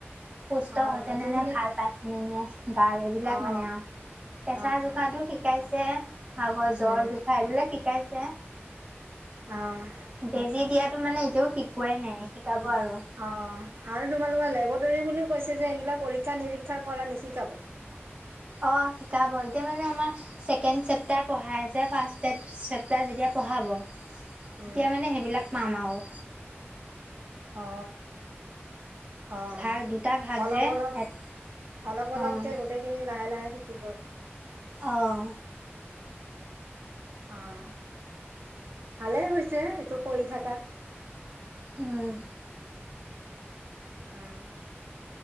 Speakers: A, on the right; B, on the right.
A: সুস্থ
B: অ',
A: হৈছে
B: সেইখিনি
A: ন নে নাই, ভাল পাইছে নে নাই, গাৰ
B: অ',
A: এইবিলাক মানে আৰু। পেচাৰ
B: অ',
A: জোখাটো শিকাইছে আগৰ জ্বৰ
B: উম,
A: জোখা এইবিলাক শিকাইছে।
B: অ',
A: বেজি দিয়াটো মানে এতিয়াও শিকোৱাই নাই শিকাব আৰু।
B: অ', আৰু তোমালোকৰ লেবটৰী বুলিও কৈছে যে এইগিলাক পৰীক্ষা নিৰীক্ষা কৰা নিশিকাব?
A: অঁ শিকাব, এতিয়া মানে আমাৰ ছেকেণ্ড চেপ্টাৰ পঢ়াই আছে ফাৰ্ষ্ট চেপটাৰ যেতিয়া পঢ়াব তেতিয়া
B: উম,
A: মানে সেইবিলাক পাম আৰু।
B: অ। অ
A: ভাগ দুটা ভাগ
B: অলপ
A: যে
B: - অলপ,
A: এট
B: অলপ- অলপকে
A: অ',
B: গোটেইখিনি লাহে লাহে। থাকিব।
A: অঁ
B: আহ। ভালেই হৈছে এইটো কৰি থাকা।
A: উম,
B: উম।